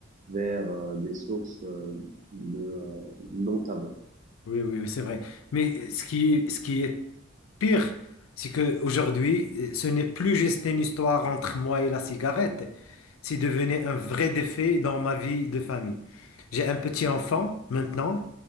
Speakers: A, on the right; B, on the left.
A: vers euh, des sources euh, de euh, non-tabac.
B: Oui, oui, c'est vrai. Mais ce qui, ce qui est pire, c'est qu'aujourd'hui, ce n'est plus juste une histoire entre moi et la cigarette. C'est devenu un vrai défi dans ma vie de famille. J'ai un petit enfant maintenant,